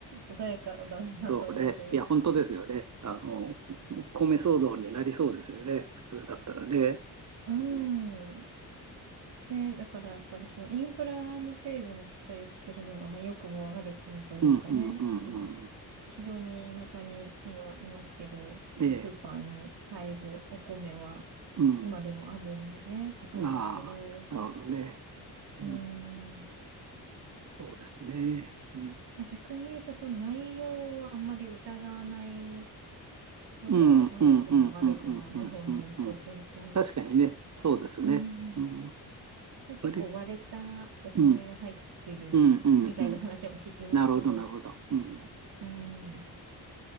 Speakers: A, on the right; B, on the right.
A: 穏やかだなと思うというか
B: そうね。いや、本当ですよね。あの、米騒動になりそうですよね。普通だったらね。
A: <laughs> うん。
B: うん、
A: ね、だからやっぱりそのインフラの整備もしっかりしてるのが、まあ、良くも悪くもというかね、
B: うん、うん、うんうん。
A: あの、非常に田舎に今いますけど、
B: ええ、
A: スーパーに絶えずお米は
B: うん。
A: 今でもあるんでね、高いですけど、
B: ああ、なるほどね。
A: うーん、
B: うん、そうですね。うん、
A: まあ、逆に言うとその内容をあんまり疑わないのも、
B: うん、
A: まあ、
B: うん、うん、
A: 良くも悪くも日本人っぽいというか、
B: うん、うん、うん、うんうん。確かにね。そうですね。
A: うん、
B: うん、
A: 結構割れたお米が入ってるみたいな話も聞きますけど、
B: これ、うん、うん、うん、うん。なるほど、なるほど。うん、
A: うん、